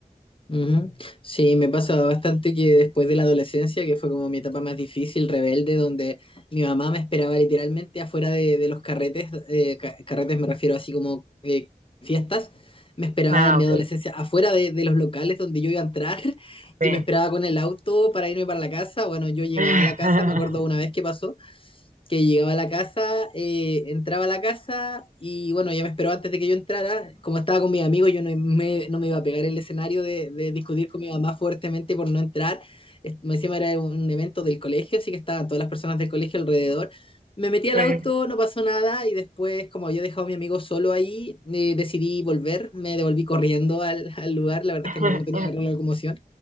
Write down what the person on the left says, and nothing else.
Ujú. Sí, me pasa bastante que después de la adolescencia, que fue como mi etapa más difícil, rebelde, donde mi mamá me esperaba literalmente afuera de, de los carretes, eh, ca- carretes me refiero así como eh, fiestas, me esperaba
en mi
adolescencia afuera de, de los locales donde yo iba a entrar <laughs>
y me esperaba con el auto para irme para la casa. Bueno, yo llegaba
a la casa, me acuerdo una vez que pasó que llegaba a la casa, eh, entraba a la casa y bueno, ya me esperó antes de que yo entrara. Como estaba con mis amigos, yo no me, no me iba a pegar el escenario de, de discutir con mi mamá fuertemente por no entrar. Es- Me encima era un evento del colegio, así que estaban todas las personas del colegio alrededor. Me metí al
auto, no pasó nada y después, como había dejado a mi amigo solo ahí, eh, decidí volver, me devolví corriendo al, al lugar, la verdad
es que no, no tenía la locomoción.